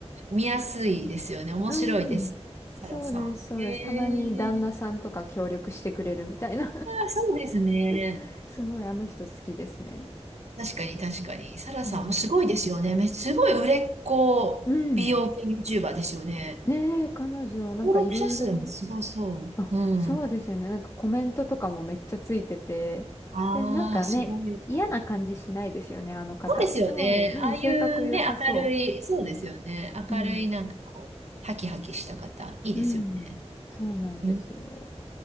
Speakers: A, on the right (about 70°); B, on the left (about 30°).
A: 見やすいですよね。面白いです。
B: うん。
A: サラさん。
B: そうです、そうです。
A: へ
B: たまに旦那さんとか協力してくれるみたいな
A: え、あーそうですね。
B: <laughs> すごいあの人好きですね。
A: 確かに、確かに。サラさんもすごいですよね。
B: うん。
A: め、すごい売れっ子美容系
B: うん
A: YouTuber ですよね。
B: ねえ、彼女、なんかいろいろ、
A: 登録者数もすごそう。
B: あ、
A: うん。
B: そうですよね。なんかコメントとかもめっちゃついてて、
A: ああー、
B: で、なんかね、
A: すごい。
B: 嫌な感じしないですよね、あの方。
A: そうですよね。
B: すごい、うん、
A: ああいうね、
B: 性格良さそ
A: 明るい、そうですよね。
B: う。
A: 明るい、
B: うん、
A: なんかこう、ハキハキした方、いいですよね。
B: うん、そうなんですよ。
A: うん。